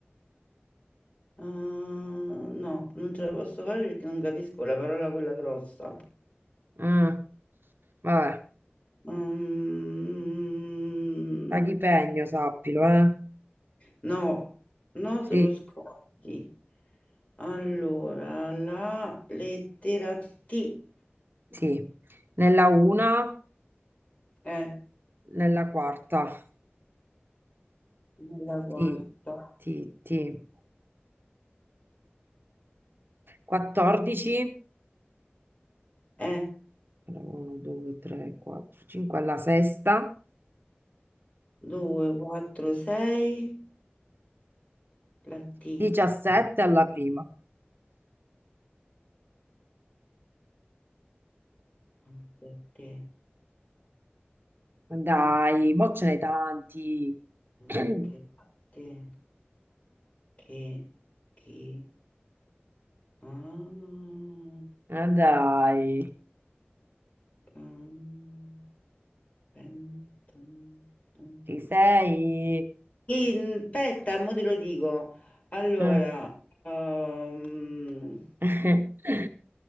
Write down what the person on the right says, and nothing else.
Mm, vabbè,
paghi sappilo, eh.
Sì,
sì, nella una,
nella quarta,
sì, sì, sì. 14,
1, 2, 3, 4, 5 alla sesta,
17 alla prima.
Ma Dai, mo ce n'è tanti.
<clears throat>
Ma dai,
ci sei?
Mm.
<laughs>